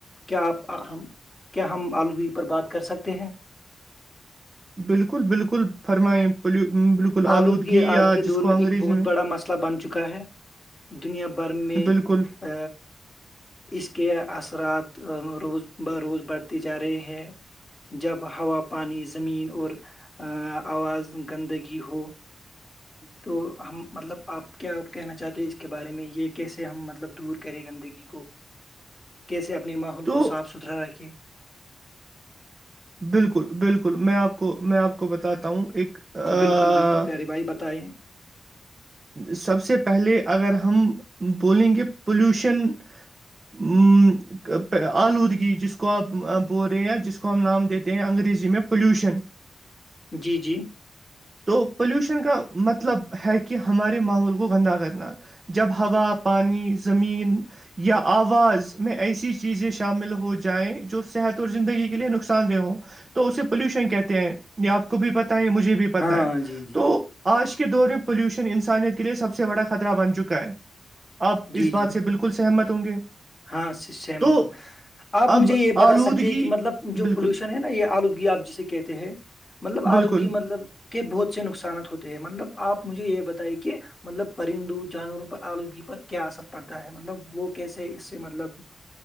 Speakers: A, on the left; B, on the right.
A: کیا آپ کیا ہم آلودگی پر بات کر سکتے ہیں
B: بالکل بالکل فرمائیں بالکل
A: آلودگی
B: یا
A: آج کے دور
B: جس کو انگریزی
A: میں ایک بہت بڑا مسئلہ بن چکا ہے دنیا بھر میں
B: بالکل
A: ا اس کے اثرات روز ب روز بڑھتی جا رہی ہے جب ہوا پانی زمین اور آواز گندگی ہو تو ہم مطلب آپ کیا کہنا چاہتے اس کے بارے میں یہ کیسے ہم مطلب دور کریں گندگی کو
B: <inaudible>
A: کیسے اپنے ماحول
B: تو
A: کو صاف ستھرا رکھے
B: بالکل بالکل میں آپ کو میں آپ کو بتاتا ہوں ایک آ،
A: بالکل بالکل پیارے بھائی بتائیں
B: سب سے پہلے اگر ہم بولیں گے پلیوشن ہوں آلودگی جس کو آپ بول رہے ہیںیا جس کو ہم نام دیتے ہیں انگریزی میں پولیوشن
A: جی جی
B: تو پلیوشن کا مطلب ہے کہ ہمارے ماحول کو گندہ کرنا جب ہوا پانی زمین یا آواز میں ایسی چی چیزیں شامل ہو جائیں جو صحت اور زندگی کے لیے نقصان دہ ہوں تو اسے پولوشن کہتے ہیں یہ آپ کو بھی پتا ہے مجھے بھی پتہ
A: ہاں
B: ہے
A: جی جی
B: تو آج کے دور میں پولوشن انسانیت کے لیے سب سے بڑا خطرہ بن چکا ہے آپ
A: جی
B: اس بات
A: جی
B: سے بالکل سہمت ہوں گے
A: ہاں سہمت
B: تو
A: ہ آپ مجھے
B: اب
A: یہ بتا
B: آلودگی
A: سکتے ہیں کہ مطلب جو
B: بالکل
A: پولوشن ہے نا یہ آلودگی آپ جسے کہتے ہیں مطلب آلودگی
B: بالکل
A: مطلب کے بہت سے نقصانات ہوتے ہیں مطلب آپ مجھے یہ بتائیں کہ مطلب پرندو جانوروں پر آلودگی پر کیا اثر پڑتا ہے مطلب وہ کیسے اس مطلب